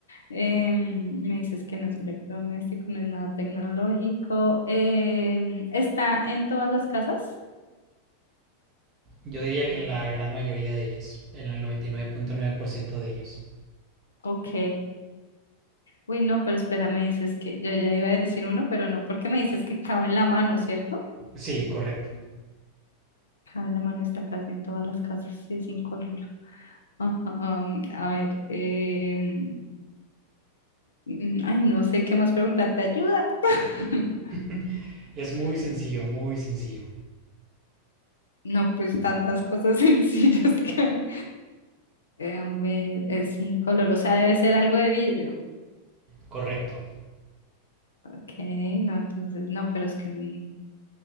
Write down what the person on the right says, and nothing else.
Yo diría que en la gran mayoría de ellas, en el 99.9% de ellas.
Sí, correcto.
<laughs> es muy
sencillo, muy sencillo.
Correcto.